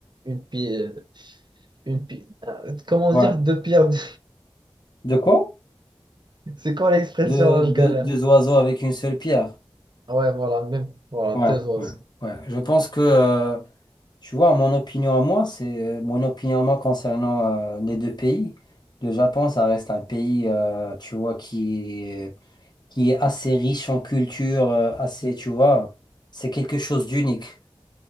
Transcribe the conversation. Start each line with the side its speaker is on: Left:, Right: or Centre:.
Right: une pile une pi- euh, Comment
Left: ouais.
Right: dire deux pierres deux-
Left: De quoi?
Right: <laughs> C'est quoi l'expression
Left: De,
Right: là,
Left: de-
Right: je galère?
Left: deux oiseaux avec une seule pierre.
Right: Ah Ouais, voilà, même voilà,
Left: Ouais,
Right: deux oiseaux.
Left: ouais, ouais. Je pense que, euh, tu vois, mon opinion à moi, c'est euh, mon opinion à moi concernant euh, les deux pays. Le Japon, ça reste un pays, euh, tu vois, qui est, qui est assez riche en culture, euh, assez, tu vois, c'est quelque chose d'unique.